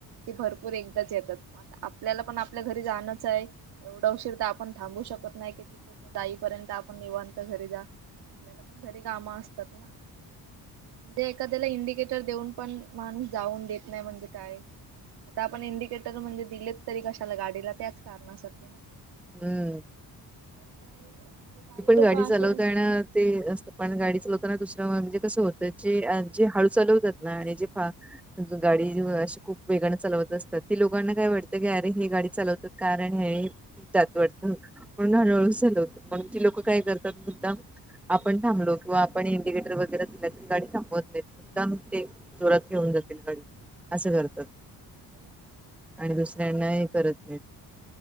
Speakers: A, on the right (about 80°); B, in the centre.
A: ते भरपूर एकदाच येतात म आता, आपल्याला पण आपल्या घरी जाणंच आहे. एवढा उशीर तर आपण थांबू शकत नाही की ती पूर्ण जाईपर्यंत आपण निवांत घरी जा. आपल्याला पण घरी कामं असतात ना! म्हणजे एखाद्याला इंडिकेटर देऊन पण माणूस जाऊन देत नाही म्हणजे काय? आता आपण इंडिकेटर म्हणजे दिलेत तरी कशाला गाडीला त्याच कारणासाठी ना.
B: हूं!
A: तर काही म्हणजे काही लोक
B: गाडी
A: असे
B: चालवताना
A: अस
B: ते असतं पण गाडी चंलवताना दुसरं म्हणजे कसं होतंय जे-जे हळू चालवतात ना आणि जे फा गाडी अशी खूप वेगानं चालवत असतात ते लोकांना काय वाटतं की अरे हे गाडी चालवतात. कारण हे पितात वाढत. म्हणून
A: हा
B: अ सलवत. म्हणून ती लोक काय करतात मुद्दाम आपण थांबलो. किंवा आपण इंडिकेटर वगैरे दिल तर गाडी थांबवत नाहीत. मुद्दामच
A: हा
B: ते जोरात घेऊन जातील गाडी. असं करतात.
A: तेच ना
B: आणि दुसऱ्यांनाही करत नाहीत.